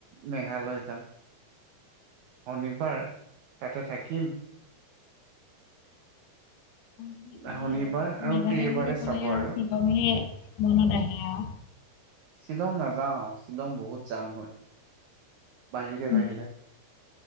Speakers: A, on the right (about 80°); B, on the left (about 85°).
A: মেঘালয় যাম। শনিবাৰ তাতে থাকিম
B: বুলি ক'লে
A: ধা শনিবাৰ আৰু
B: মেঘালয়
A: দেওবাৰে
B: বুলি ক'লে
A: চাব আৰু।
B: <unintelligible> মনত আহে আও।
A: শ্বিলং নাযাওঁ শ্বিলং বহুত জাম হয়। বাহিৰে-
B: উম,
A: বাহিৰে